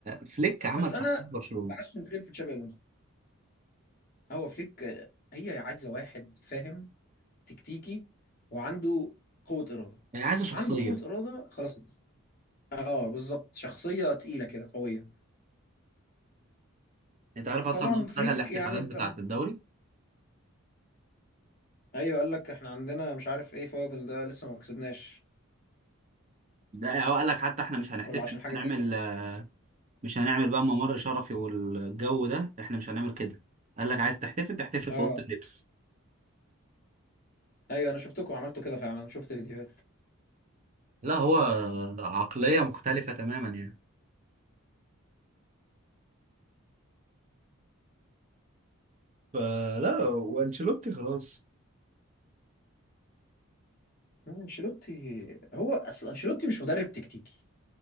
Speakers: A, on the right (about 30°); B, on the left (about 40°).
A: فليك عمل
B: بس انا
A: شخصية برشلونة
B: بعشم خير في تشابي الونسو هو فليك آه، هي عايزه واحد فاهم تكتيكي وعنده قوة إرادة
A: هي عايزة شخصية
B: عنده قوة إرادة خلاص اه بالظبط شخصية تقيلة كده قوية
A: انت عارف
B: فطبعا
A: اصلا ان هو
B: فليك
A: لغى الاحتفالات
B: يعني انت
A: بتاعة الدوري
B: ايوه قال لك احنا عندنا مش عارف ايه فاضل ده لسه ما كسبناش
A: لا هو قال لك حتى احنا مش هنحتفل
B: ولا عشان
A: مش
B: حاجة
A: هنعمل
B: تاني
A: مش هنعمل بقى ممر شرفي والجو ده احنا مش هنعمل كده قال لك عايز تحتفل تحتفل
B: اه
A: في اوضه اللبس
B: ايوه انا شفتكم عملتوا كده فعلا شفت فيديوهات
A: لا هو عقليه مختلفه تماما يعني فلا وانشيلوتي خلاص
B: آه، انشيلوتي هو اصل انشيلوتي مش مدرب تكتيكي